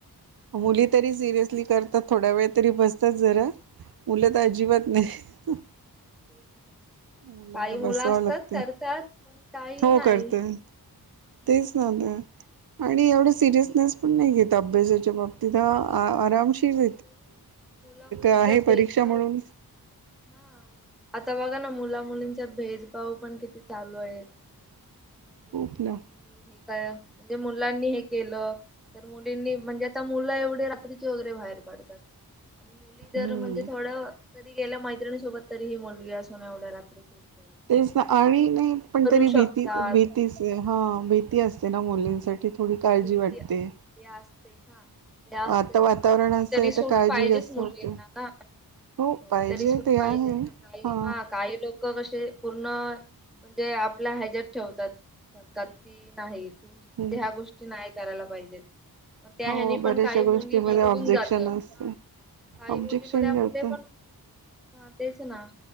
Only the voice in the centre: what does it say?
आता
हो
तेच ना.
काही मुलं
असतात
करतात, पण काही
नाही.
हम्म
नाही
त्याच्या
आता बघा मुला मुलींच्यात
भेदभाव
हा. आता बघा ना मुला, मुलींच्यात भेदभाव पण किती चालू आहेत. म्हणजे
मुलींनी
हे काय? म्हणजे मुलांनी हे केलं तर मुलींनी म्हणजे आ ता मुलं एवढी रात्रीची वगैरे बाहेर पडतात आणि मुली जर
म्हणजे थोडं तरी गेल्या मैत्रिणी सोबत तरी ही मुलगी असून, एवढ्या रात्री फिर
शकतात.
हा
भूती
ते असते हा ते असतेच
पण थोडी
तरी
सूट
पाहिजेच
मुलींना
ना थोडी
तरी सुट
पाहिजे
ना काहीना
काही लोक कप बशी पूर्ण म्हणजे आपल्या ह्याजात ठेवतात. ध तात की नाही तु म्हणजे
हया गोष्टी नाही करायला पाहिजेत. मग त्या
ह्यानी पण
काही
मुली बिघडून
जातात
ना. काही
मुली मध्ये
मुले पण हा तेच ना